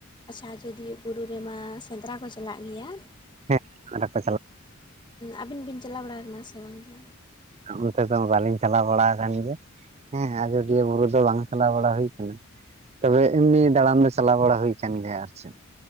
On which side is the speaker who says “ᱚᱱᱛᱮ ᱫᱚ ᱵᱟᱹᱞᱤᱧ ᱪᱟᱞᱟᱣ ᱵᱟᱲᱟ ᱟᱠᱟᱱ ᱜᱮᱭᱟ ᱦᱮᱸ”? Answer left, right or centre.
Right